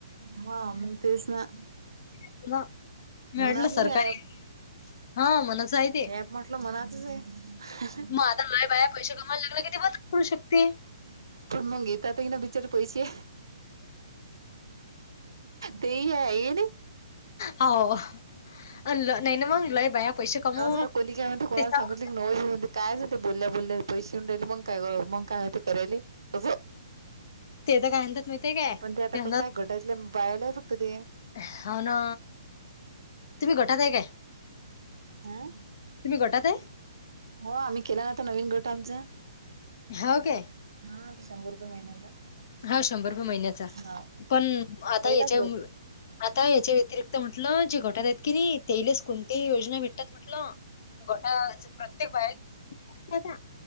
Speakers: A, on the right; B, on the left.
A: हा मग तेच ना
B: येत नाही ना. मी
A: मनाचा
B: म्हटलं सरकारी हा मनस आहे तेे.
A: ऐप म्हटलं मनातच आहे.
B: आता लय बाया पैसे कमायला लागलं की ते बंद पडू शकते.
A: पण मग येतात आहे ना बिचार पैशे. ते ही आहे ये ने.
B: हाव आणलं नाही ना मग लय बाया पैशे कमव.
A: असं कोणी काय म्हणते
B: <inaudible>
A: <unintelligible> काय जाते बोल्या बोल्या पैशे येऊन राहिले मंग काय बरं मंग काय आहे ते करायली. असं
B: ते तर काय म्हणतात माहितीये काय
A: पण ते आता
B: म्हणतात
A: कसं आहे घटातले बायला आहे फक्त ते.
B: हाव ना तुम्ही गटात आहे काय?
A: हां.
B: तुम्ही गटात आहे
A: हो आम्ही केला ना आता नवीन गट आमचा.
B: हाव काय
A: हा तो शंभर रुपये महिन्याचा.
B: हाव शंभर रुपये महिन्याचा
A: हा
B: पण आता
A: पहिलाच
B: याच्यामु
A: गट
B: आता याच्या व्यतिरिक्त म्हटलं जे घटाले आहेत की नाही तेलेच कोणती ही योजना भेटतात म्हटलं गटाचे प्रत्येक बाया. <inaudible>